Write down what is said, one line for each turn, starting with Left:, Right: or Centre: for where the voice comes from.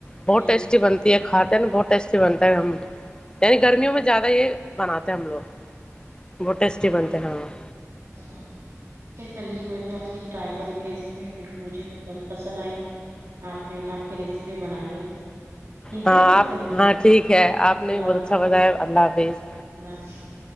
Left: بہت
Right: تیل
Left: ٹیسٹی بن یہ کھاتے ہیں نا بہت ٹیسٹی بنتا ہے ہم یعنی گرمیوں میں زیادہ یہ بناتے ہیں ہم لوگ بہت ٹیسٹی بنتے ہیں ہاں
Right: ہاں ہاں ٹھیک ہے چلیے میں بھی آپ کی ٹرائی کروں گی ریسیپی مجھے بہت پسند آئی آپ نے آپ کی ریسیپی بنائی ہے ٹھیک
Left: ہاں
Right: ہے
Left: آپ
Right: چلیے
Left: ہاں ٹھیک ہے آپ نے
Right: اللہ
Left: بھی بہت
Right: حافظ
Left: اچھا بتایا
Right: اللہ
Left: حافظ
Right: حافظ